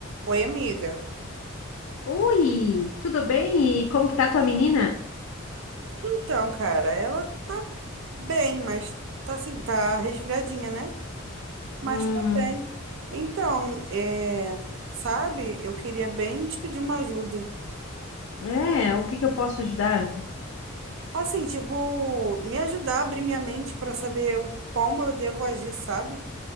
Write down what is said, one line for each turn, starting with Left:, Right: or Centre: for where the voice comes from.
Right: Oi, amiga.
Left: Oi, tudo bem? E como que tá tua menina?
Right: Então, cara, ela tá bem, mas tá assim, tá resfriadinha, né? Mas
Left: Hum,
Right: tá bem. Então, é, sabe, eu queria bem te pedir uma ajuda.
Left: é, o que que eu posso ajudar?
Right: Assim, tipo, me ajudar a abrir minha mente pra saber o- como eu devo agir, sabe?